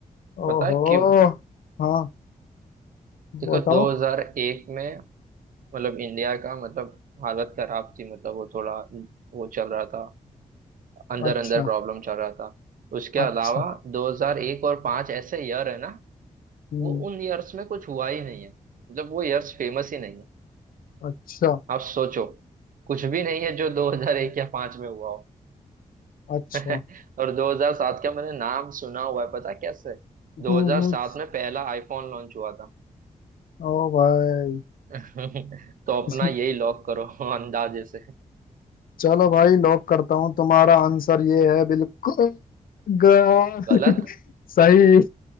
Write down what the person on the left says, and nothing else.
ओहो
हाँ
बताओ
अच्छा
अच्छा
हम्म
अच्छा
अच्छा
हम्म हम्म
ओ भाई
<laughs>
चलो भाई लॉक करता हूँ तुम्हारा आंसर ये है बिल्कुल ग-
सही